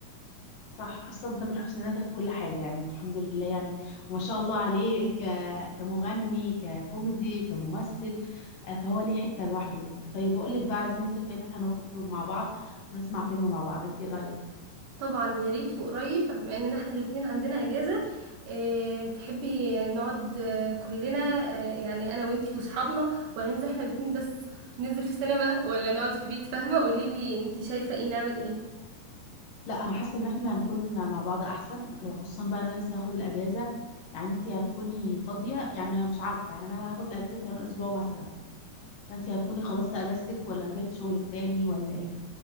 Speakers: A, on the left (about 60°); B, on the right (about 70°).
A: صح اصلا تامر حسني نجح في كل حاجه يعني الحمد لله يعني وما شاء الله عليه ك... كمغني ككوميدي كممثل آه، فهو ليه حته لوحده يعني طيب بقول لك بقى عايزين نتفق ان احنا نخرج مع بعض ونسمع فيلم مع بعض انت ايه رايك
B: طبعا يا ريت وقريب بما اننا احنا الاتنين عندنا اجازة اه تحبي نقعد آه، كلنا اه يعني انا وانتي واصحابنا ولا ننزل احنا الاتنين بس ننزل في السينما ولا نقعد في بيت فاهمة قوليلي انتي شايفة ايه نعمل ايه
A: لا انا حاسه ان احنا هنكون مع بعض احسن خصوصا بقى ان انا لسه هاخد الاجازه يعني انت هتكوني فاضيه يعني مش عارفه يعني انا هاخد الاجازه كمان اسبوع مثلا فانت هتكوني خلصتي اجازتك ولا رجعتي شغلك تاني ولا ايه